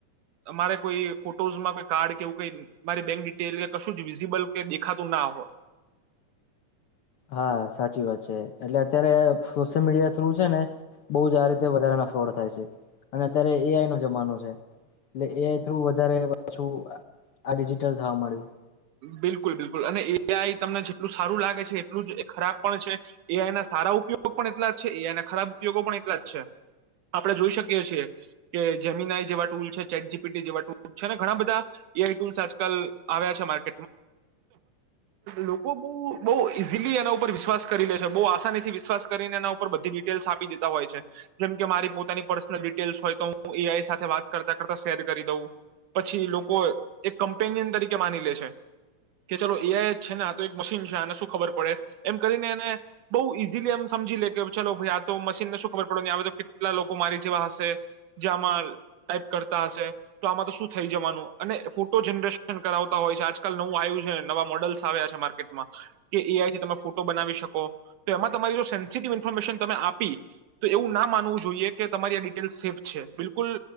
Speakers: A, on the right (about 80°); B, on the left (about 65°).
A: મારે કોઈ ફોટોઝમાં કો કાર્ડ કેવું કઈ મારી બેંક ડિટેલ કે કશું જ વિઝિબલ કે દેખાતું ના હોય
B: હા, સાચી વાત છે એટલે અત્યારે સોશિયલ મીડિયા થ્રુ છે ને બહુ જ આ રીતે વધારેાના ફ્રોડ થાય છે અને અત્યારે એઆઈ નો જમાનો છે એટલે એઆઈ થ્રુ વધારે પાછું આ ડિજિટલ થવા માંડ્યું
A: બિલકુલ, બિલકુલ, અને એઆઈ તમને જેટલું સારું લાગે છે, એટલું જ ખરાબ પણ છે, એઆઈ ના સારા ઉપયોગ પણ એટલા જ છે, એઆઈ ના ખરાબ ઉપયોગો પણ એટલા જ છે, આપણે જોઈ શકીએ છીએ કે જેમીન આઈ જેવા ટૂલ છે, ચેટ જીપીટી જેવા ટૂલ છે, ને ઘણા બધા એઆઈ ટૂલ્સ આજકાલ આવ્યા છે લોકો બહુ ઈઝીલી એના ઉપર વિશ્વાસ કરી લે છે, બહુ આસાનીથી વિશ્વાસ કરીને એના ઉપર બધી ડિટેલ્સ આપી દેતા હોય છે, જેમકે મારી પોતાની પર્સનલ ડિટેલ્સ હોય તો હું એઆઈ સાથે વાત કરતા કરતા શેર કરી દઉં પછી લોકો એક કમ્પેનિયન તરીકે માની લે છે કે ચલો એઆઈએ છે ને આ તો એક મશીન છે, આને શું ખબર પડે એમ કરીને એને બહુ ઈઝીલી એમ સમજી લે કે ચલો ભઈઆ તો મશીનને શું ખબર પડે આવે તો કેટલા લોકો મારી જેવા હશે જે આમાં ટાઈપ કરતા હશે તો, આમાં તો શું થઈ જવાનું અને ફોટો જનરેશન કરાવતા હોય છે આજ આકાલ નવું આયું છે, નવા મોડલ્સ આવ્યા છે માર્કેટમાં કે એઆઈથી તમે ફોટો બનાવી શકો, તો એમાં તમારી જો સેન્સિટિવ ઇન્ફોર્મેશન તમે આપી, તો એવું ના માનવું જોઈએ કે તમારી આ ડિટેલ સેફ છે બિલકુલ